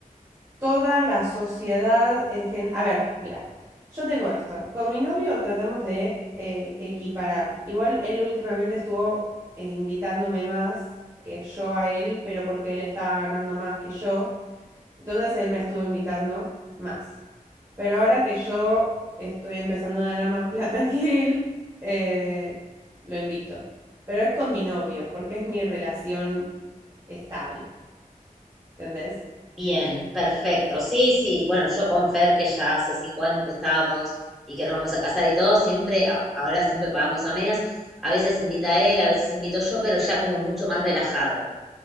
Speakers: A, on the right; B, in the centre.
A: toda la sociedad en general... A ver, mira, yo tengo esto. Con mi novio tratamos de eh, equiparar. Igual él últimamente estuvo eh, invitándome más que yo a él, pero porque él estaba ganando más que yo. Entonces él me estuvo invitando más. Pero ahora que yo estoy empezando a ganar más <laughs> plata que él, eh, lo invito. Pero es con mi novio, porque es mi relación estable. ¿Entendés?
B: Bien, perfecto. Sí, sí. Bueno, yo con Fer, que ya hace cinco años que estábamos y que nos vamos a casar y todo, siempre, a- ahora siempre pagamos a medias. A veces invita él, a veces invito yo, pero ya como mucho más relajado.